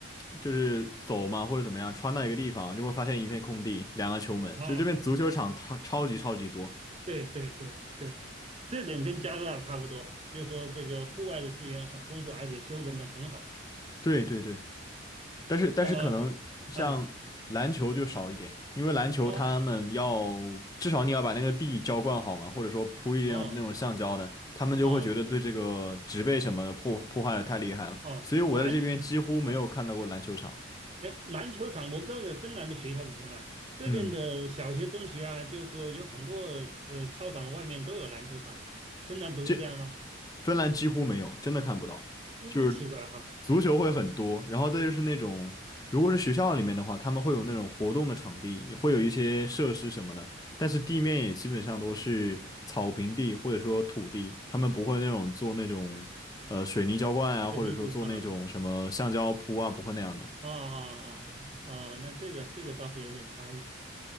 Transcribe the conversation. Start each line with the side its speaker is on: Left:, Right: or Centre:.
Left: 就是走嘛，或者怎么样，穿到一个地方就会发现一片空地，两个球门，
Right: 啊，
Left: 就是这边足球场超超级超级多。
Right: 对对对对，这点跟加拿大差不多，就是说这个户外的资源很丰富，而且修整的很好。
Left: 对对对。但是但是可能像篮球就少一点，
Right: 呃嗯，
Left: 因为篮球他们要至少你要把那个地浇灌好嘛，
Right: 哦，
Left: 或者说铺一点那种橡胶的，
Right: 哦，
Left: 他们就会觉得对这个植被什么的破破坏的太厉害了，
Right: 哦，哦，
Left: 所以我在这边几乎没有看到过篮球场。
Right: 篮，啊，哎，篮球场，我不知道芬兰的学校是怎么样，这边的小学、
Left: 嗯，
Right: 中学啊，就是说有很多呃操场外面都有篮球场啊，芬兰不是这样吗？
Left: 这芬兰几乎没有，真的看不到。
Right: 哎，
Left: 就是
Right: 那奇怪哈，
Left: 足球会很多，然后再就是那种，如果是学校里面的话，他们会有那种活动的场地，也会有一些设施什么的，但是地面也基本上都是草坪地或者说土地，他们不会那种做那种呃水泥浇灌啊，
Right: 对，
Left: 或者说做那种什么橡胶铺啊，
Right: 理解啊，
Left: 不会那样的。
Right: 哦哦哦哦，那这个这个倒是有点差异，